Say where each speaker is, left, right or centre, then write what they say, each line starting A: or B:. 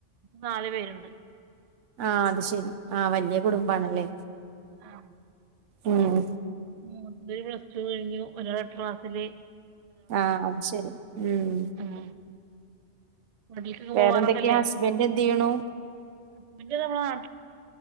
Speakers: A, on the right; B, on the right.
A: നാല് പേര്ണ്ട്
B: ആഹ് അത്ശരി ആഹ് വല്യ കുടുംബാണല്ലേ
A: ആഹ്
B: ഉം
A: മൂത്തത് പ്ലസ് ടു കയ്ഞ്ഞു ഒരാള് ട്രാസ്സ്ല്
B: ആഹ് അത് ശരി ഉം
A: ഉം വീട്ടില്ക്കെക്കെ
B: വേറെന്തൊക്കെയാ
A: പോവാറൊക്കെല്ലേ
B: ഹസ്ബൻഡ് എന്ത് ചെയ്യണു
A: ഹസ്ബന്റ്ന്നർഞ്ഞാ നാട്ട്ലെന്നേണ്